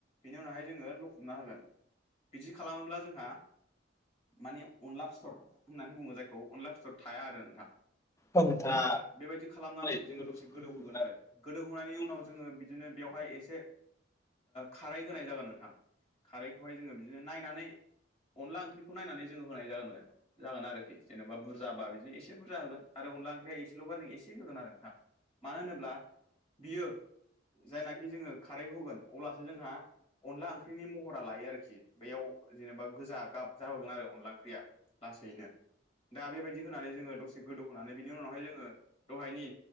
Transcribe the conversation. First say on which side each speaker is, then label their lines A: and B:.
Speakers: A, on the left (about 30°); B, on the left (about 15°).
A: बिनि उनावहाय जोंङो लखबना होगोन बिदि खालामोब्ला जोंहा मानि अनला फिथर होननानै बुंङो जायखौ अनला फिथर थाया आरो नोंथां।
B: औ नोंथाङा
A: दा बेबायदि खालामनानै
B: जोंनि
A: जोंङो
B: बुस्थुफोरखौ
A: दसे गोदौ
B: मोनगोन
A: होगोन आरो गोदौहोनायनि उनाव
B: जोङो
A: जोंङो बि बिदिनो बेवहाय एसे खारै होनाय जागोन नोंथां खारैखौहाय जोंङो बिदिनो नायनानै अनला ओंख्रिखौ नायनानै जोंङो होनाय जागोन आरो। जागोन आरोखि जेनेबा बुरजाबा बिदिनो एसे बुरजा होगोन। आरो अनला ओंख्रिया एसेल'बा जों एसे होगोन आरो नोंथां। मानो होनोब्ला बियो जायनाखि जोंङो। खारै होगोन अब्लासो जोंहा अनला ओंख्रिनि महरा लायो आरोखि बेयाव जेनेबा ग जोगोन अनला ओं लानो दा बे होन जोंङो दसे गोदौ होनोनानै बिनि उनावहाय जोंङो दहायनि